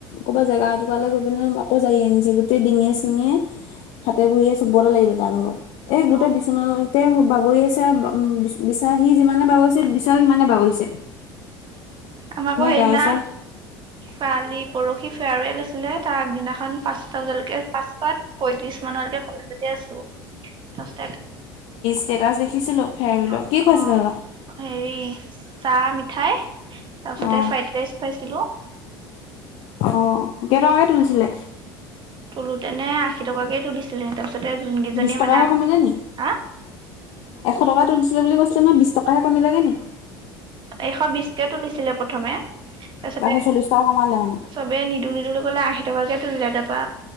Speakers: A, on the left; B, on the right.
A: ক'বা জেগা এটুকুৱালে গৈ পিনে আকৌ জাৰি আনিছে গোটেই ডিঙেয়ে চিঙে হাতে ভুৰিয়ে চবতে লাগিলে তাৰ ভাগৰ এই
B: অ
A: গোটেই বিচনা বাগৰি আছে বিচা সি যিমানে বাগৰিছে বিচায়ো সিমানে বাগৰিছে <inaudible>
B: আমাৰ আকৌ সেইদিনা
A: গাই চাই
B: কালি পৰশি ফেৱাৰৱেল আছিলে তা আগদিনাখন পাচ পাঁচটা পয়ত্ৰিশ মানলৈকে কলেজতে আছো
A: ষ্টেটাছ দেখিছিলো ফেয়াৰবিলৰ
B: অ
A: কি খুৱাইছে
B: অ
A: তহঁতক
B: হেৰি চাহ মিঠাই তাৰ পাছতে
A: অ
B: ফ্ৰাইড ৰাইচ খুৱাইছিলো
A: অ কেইটকাকে তুলি ছিলে?
B: তোলোতে এনে আশী টকাকে তুলিছিলে, তাৰপাছত তাতে যোন কেইজনী
A: বিশ টকাহে
B: মানে
A: কমিলে নি
B: হা
A: এশ টকা তুলিছিলে বুলি কৈছিলে নহয় বিশ টকাহে কমিলে গে নেকি?
B: এশ বিশকে তুলিছিলে প্ৰথমে তাৰপিছতে,
A: তাৰপিছত চল্লিশ টকা কমালে মানে
B: চবে নিদু নিদু কলে আশী টকাকে তুলিলে, তাৰপা